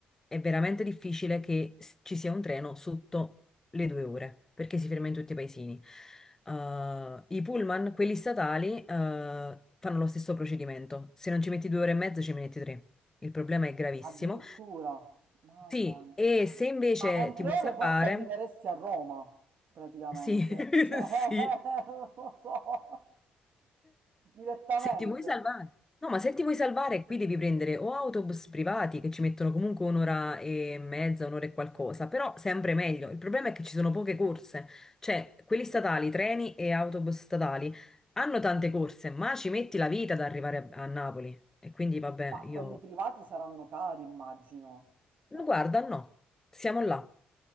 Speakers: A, on the left; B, on the right.
A: è veramente difficile che s- ci sia un treno sotto le due ore, perché si ferma in tutti i paesini. Uh, i pullman, quelli statali, uh, fanno lo stesso procedimento. Se non ci metti due ore e mezza, ci metti tre. Il problema è gravissimo.
B: Addirittura, mamma
A: Sì,
B: mia.
A: e se invece
B: Ma con
A: ti
B: 3
A: vuoi salvare,
B: ore forse arriveresti a Roma, praticamente.
A: sì,
B: Cioè,
A: <laughs> sì.
B: <laughs> non lo so, direttamente.
A: Se ti vuoi salvare, no, ma se ti vuoi salvare, qui devi prendere o autobus privati che ci mettono comunque un'ora e mezza, un'ora e qualcosa, però sempre meglio. Il problema è che ci sono poche corse, cioè quelli statali, treni e autobus statali hanno tante corse, ma ci metti la vita ad arrivare a, a Napoli. E quindi vabbè,
B: Ma
A: io
B: quelli privati saranno cari, immagino. Cioè,
A: guarda, no, siamo là.